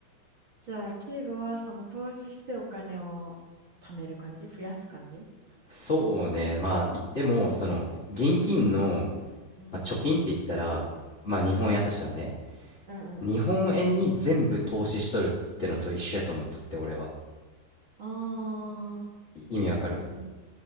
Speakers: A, on the right (about 50°); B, on the left (about 75°).
A: じゃあ、敬語はその投資してお金を貯める感じ増やす感じ
B: そうねまあ言ってもその現金の、
A: うん、うん、
B: まあ、貯金って言ったらまあ日本円やとしたらね
A: うん。うんうんうん。
B: 日本円に全部投資しとるってのと一緒やと思っとって俺は
A: ああ、
B: い意味わかる
A: うん。